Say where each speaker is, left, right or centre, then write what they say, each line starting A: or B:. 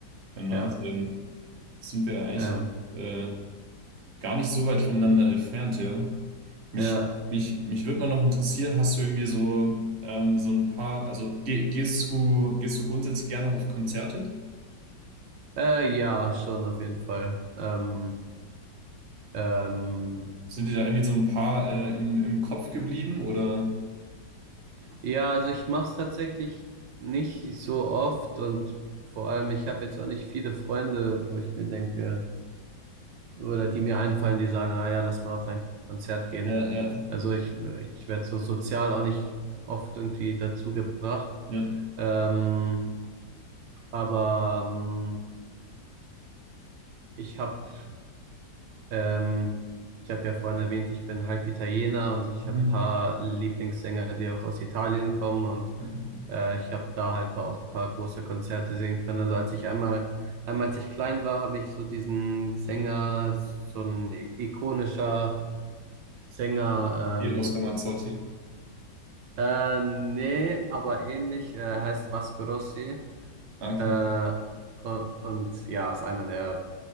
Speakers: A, on the right; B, on the right.
A: ja, nice.
B: Ja,
A: Dann sind wir ja eigentlich
B: ähm,
A: äh, gar nicht so weit voneinander entfernt, ja. Mich,
B: ja,
A: mich, mich würde mal noch interessieren, hast du irgendwie so, ähm, so ein paar, also geh, gehst du, gehst du grundsätzlich gerne auf Konzerte?
B: äh, ja, schon auf jeden Fall. Ähm, ähm,
A: Sind dir da irgendwie so ein paar äh, im, im Kopf geblieben oder?
B: ja, also ich mach's tatsächlich nicht so oft und vor allem, ich habe jetzt auch nicht viele Freunde, wo ich mir denke, oder die mir einfallen, die sagen, ah ja, lass mal auf ein Konzert gehen.
A: Ja, ja,
B: Also ich, ich werde so sozial auch nicht oft irgendwie dazu gebracht.
A: ja.
B: Ähm, aber ähm, ich habe ähm, ich habe ja vorhin erwähnt, ich bin halb Italiener und ich
A: Ja,
B: habe paar Lieblingssänger, die auch aus Italien kommen und
A: danke.
B: äh, ich habe da halt auch ein paar große Konzerte sehen können. Also als ich einmal, einmal als ich klein war, habe ich so diesen Sänger, so ein ikonischer Sänger,
A: Eros
B: ähm,
A: Ramazzotti.
B: äh, nee, aber ähnlich, äh, heißt Vasco Rossi.
A: Okay.
B: Äh, u- und ja, ist einer der